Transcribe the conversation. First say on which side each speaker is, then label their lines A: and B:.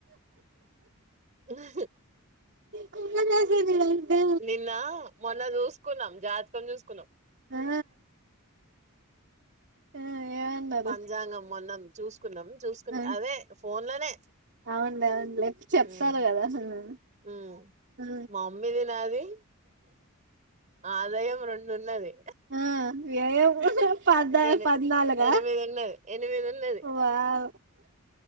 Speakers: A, on the right; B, on the right.
A: ఆ
B: కుమ్మకాసని అంటే
A: నిన్న మొన్న ద చూకున్నాం జాతకం చూసుకున్నాం
B: ఆ ఆ ఏమన్నారు
A: పజాంగం మొన్నం చూస్ చూకున్నాం చూసుకున్నా
B: ఆ
A: అదే ఫోన్ లోనే
B: అవునులే అవునులే చెప్తారు
A: మ్మ్
B: కదా ఆ ఆ
A: మా మమ్మీ నాది ఆదాయం రెండున్నది
B: ఆ వ్యయం పద్నా
A: ఎ
B: పద్నాలుగా
A: ఎనిమిది ఉన్నది ఎనిమిది ఉన్నది
B: వావ్